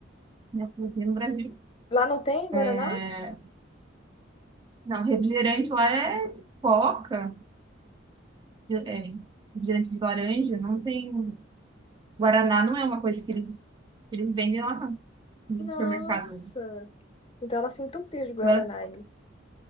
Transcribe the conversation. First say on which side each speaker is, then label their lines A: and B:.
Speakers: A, on the right; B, on the left.
A: né, porque no Brasil.
B: Lá não tem Guaraná?
A: é, Não, refrigerante lá é coca, é, é, refrigerante de laranja, não tem. Guaraná não é uma coisa que eles, que eles vendem lá, não, no
B: Nossa!
A: supermercado.
B: Então ela se entupiu de Guaraná
A: Guara-
B: aí.